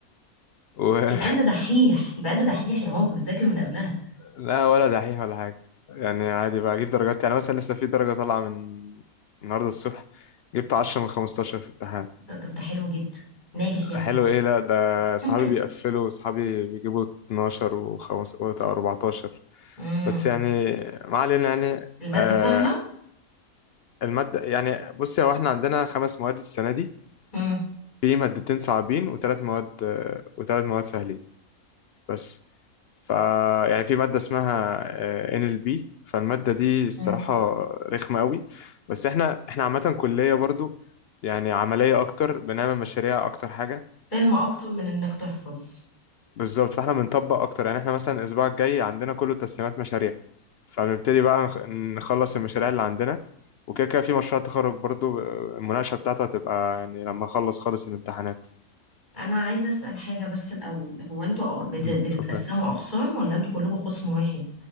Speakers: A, on the left; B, on the left.
A: و...
B: يبقى انت دحيح يبقى انت دحيح يا ماما كنت بتذاكر من قبلها
A: لا ولا دحيح ولا حاجه يعني عادي بجيب درجات يعني مثلا لسه في درجه طالعه من النهارده الصبح جبت 10 من 15 في الامتحان
B: طب طب ده حلو جدا ناجح يا ابني
A: حلو ايه لا ده صحابي
B: <laughs>
A: بيقفلوا صحابي بيجيبوا 12 و5 و14
B: امم
A: بس يعني ما علينا يعني
B: المادة
A: آه،
B: سهلة
A: المادة يعني بصي هو احنا عندنا خمس مواد السنة دي
B: امم
A: في مادتين صعبين وثلاث مواد آه، وثلاث مواد سهلين بس ف يعني في مادة اسمها آه، ان ال بي فالمادة دي الصراحة
B: امم
A: رخمة قوي بس احنا احنا عامة كلية برضو يعني عملية اكتر بنعمل مشاريع اكتر حاجة
B: فاهمة أكتر من إنك تحفظ
A: بالظبط فاحنا بنطبق اكتر يعني احنا مثلا الاسبوع الجاي عندنا كله تسليمات مشاريع فبنبتدي بقى نخ- نخلص المشاريع اللي عندنا وكده كده في مشروع تخرج برضو آه، المناقشة بتاعته هتبقى يعني لما اخلص خالص الامتحانات
B: أنا عايزة أسأل حاجة بس الأول هو أنتوا أو- بت...
A: مم.
B: بتتقسموا
A: اتفضل
B: أقسام ولا أنتوا كلكم خصم واحد